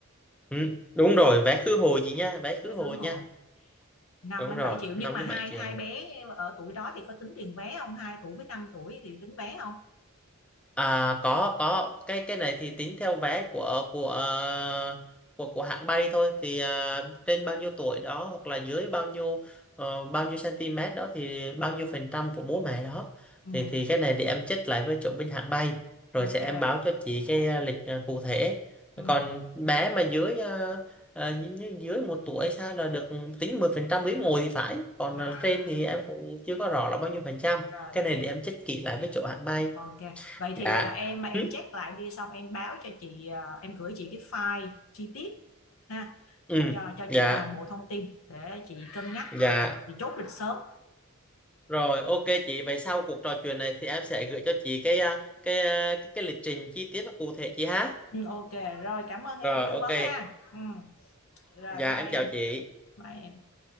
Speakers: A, in the centre; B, on the left.
A: ừ, đúng rồi vé khứ hồi chị nha vé khứ
B: Vé
A: hồi
B: khứ
A: nha
B: hồi năm
A: đúng
B: đến
A: rồi
B: 7 triệu
A: năm
B: nhưng mà
A: đến
B: hai
A: bảy triệu
B: hai bé ở tuổi đó thì có tính tiền vé không? Hai tuổi với năm tuổi thì tính vé không?
A: À có có cái cái này thì tính theo vé của của ờ, của của hãng bay thôi thì ờ, trên bao nhiêu tuổi đó hoặc là dưới bao nhiêu ờ, bao nhiêu cm đó thì bao nhiêu phần trăm của bố mẹ đó
B: Ừ.
A: thì thì cái này để em check lại với chỗ bên hãng bay rồi
B: Ok.
A: sẽ em báo cho chị cái ờ, lịch ờ, cụ thể
B: Ừ.
A: còn bé mà dưới ờ, ờ, như- như dưới một tuổi sao là được tính 10% ghế ngồi thì phải còn
B: À,
A: ờ, trên thì em cũng chưa có rõ là bao nhiêu phần trăm
B: rồi
A: cái
B: vậy
A: này để em check kỹ lại với chỗ hãng bay
B: Ok, vậy
A: dạ
B: thì à, em em
A: ừ,
B: check lại đi xong em báo cho chị à, em gửi chị cái file chi tiết ha
A: ừ,
B: à, cho cho
A: dạ
B: chị toàn bộ thông tin để chị cân nhắc
A: dạ
B: rồi chị chị chốt lịch sớm.
A: rồi ok chị vậy sau cuộc trò chuyện này thì em sẽ gửi cho chị cái à, cái à, cái, cái lịch trình chi tiết và cụ thể chị ha
B: Ừ, ok, rồi cảm ơn em
A: rồi
B: tư
A: ok
B: vấn ha. Ừ, rồi
A: dạ
B: bye
A: em
B: em,
A: chào chị
B: bye em.